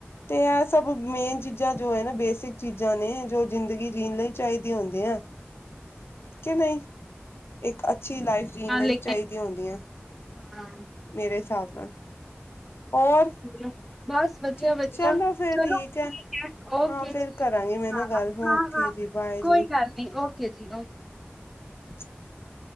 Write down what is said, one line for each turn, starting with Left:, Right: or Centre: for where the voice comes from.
Left: ਤੇ ਇਹ ਸਭ ਮੇਨ ਚੀਜ਼ਾਂ ਜੋ ਹੈ ਨਾ, ਬੇਸਿਕ ਚੀਜ਼ਾਂ ਨੇ ਜੋ ਜ਼ਿੰਦਗੀ ਜੀਣ ਲਈ ਚਾਹੀਦੀਆਂ ਹੁੰਦੀਆਂ। ਕਿ ਨਹੀਂ? ਇੱਕ ਅੱਛੀ ਲਾਈਫ ਜੀਣ
Centre: ਹਾਂ
Left: ਲਈ
Centre: ਲੇਕਿਨ
Left: ਚਾਹੀਦੀਆਂ ਹੁੰਦੀਆਂ
Centre: ਹਾਂ
Left: ਮੇਰੇ ਹਿਸਾਬ ਨਾਲ, ਔਰ?
Centre: <unintelligible> ਵਧੀਆ
Left: ਚ
Centre: ਵਧੀਆ
Left: ਚਲੋ ਫੇਰ
Centre: ਚਲੋ
Left: ਠੀਕ ਐ।
Centre: ਹੈ ਓਕੇ
Left: ਹਾਂ ਫੇਰ
Centre: ਜੀ।
Left: ਕਰਾਂਗੀ ਮੈਂ ਨਾ
Centre: ਹਾਂ
Left: ਗੱਲ
Centre: ਹਾਂ
Left: ਹੂ ਓਕੇ
Centre: ਹਾਂ
Left: ਜੀ ਬਾਏ ਜੀ।
Centre: ਕੋਈ ਗੱਲ ਨੀ ਓਹ ਕੇ ਜੀ ਓ-
Left: <inaudible>